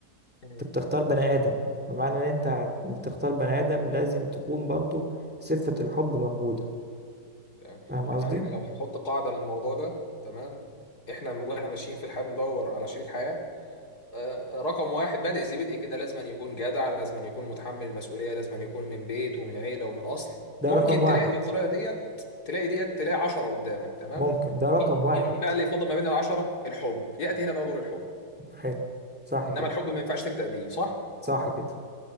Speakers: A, on the left; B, in the centre.
A: مم.
B: انت بتختار بني ادم فمعنى ان انت هت- بتختار بني ادم لازم تكون برضو صفة الحب موجودة
A: تمام
B: فاهم
A: يعني
B: قصدي
A: احنا لو هنحط قاعده للموضوع ده تمام احنا واحنا ماشيين في الحياه بندور على شريك حياه آه، رقم واحد بادئ ذي بدء كده لازم أن يكون جدع لازم أن يكون متحمل المسؤولية لازم أن يكون من بيت ومن عيلة ومن أصل
B: ده
A: ممكن
B: رقم واحد
A: تلاقي بالطريقة ديت تلاقي ديت تلاقي عشرة قدامك تمام
B: ممكن ده رقم
A: مي-
B: واحد
A: مين بقى اللي يفضل ما بين العشرة الحب يأتي هنا بقى دور الحب
B: حلو صح
A: إنما
B: كده
A: الحب ما ينفعش تبدأ بيه صح
B: صح كده